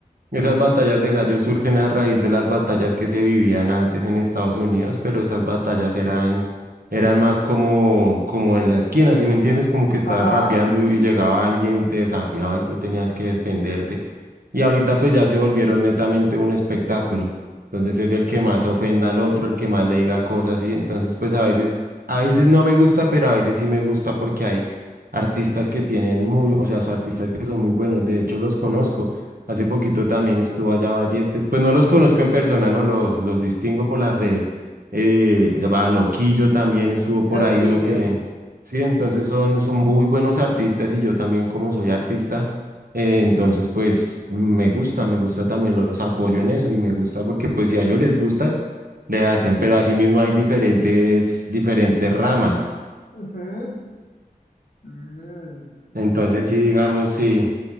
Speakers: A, on the right; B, on the left.
A: Esas batallas de gallos surgen a raíz de las batallas que se vivían antes en Estados Unidos, pero esas batallas eran, eran más como, como en la esquina, ¿sí me entiendes? Como que estaban
B: ajá,
A: rapeando y llegaba alguien y te desafiaba y tú tenías que defenderte. Y ahorita pues ya se volvieron netamente un espectáculo. Entonces es el que más ofenda al otro, el que más le diga cosas y entonces pues a veces, a veces no me gusta, pero a veces sí me gusta porque hay artistas que tienen muy, o sea, son artistas que son muy buenos, de hecho los conozco. Hace poquito también estuvo allá Ballestes. Pues no los conozco en persona, ¿no? Los, los distingo por las redes. Eh, a Loquillo también estuvo por
B: loquillo.
A: ahí en lo que... Sí, entonces son, son muy buenos artistas y yo también como soy artista, eh, entonces pues me gusta, me gusta también, los apoyo en eso y me gusta porque pues si a ellos les gusta, le hacen, pero asimismo hay diferentes, diferentes ramas.
B: Ujú. Mm.
A: Entonces
B: Pe-
A: sí, digamos, sí.